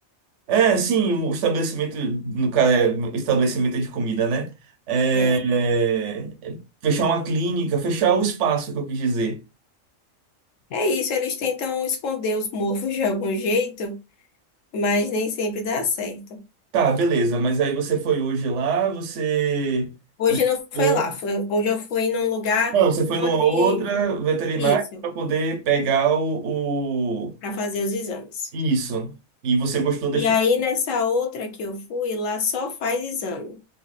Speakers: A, on the right; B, on the left.
A: É, sim, o estabelecimento, no caso, é, estabelecimento de comida, né? É,
B: É.
A: é, fechar uma clínica, fechar o espaço que eu quis dizer.
B: É isso, eles tentam esconder os mofos de algum jeito, mas nem sempre dá certo.
A: Tá, beleza, mas aí você foi hoje lá, você.
B: Hoje
A: levou
B: não foi lá, foi- hoje eu fui num lugar
A: Não, você foi
B: onde
A: numa outra veterinária
B: isso,
A: para poder pegar o, o-
B: para fazer os exames.
A: Isso. E você gostou da
B: E
A: estrutura.
B: aí nessa outra que eu fui, lá só faz exame,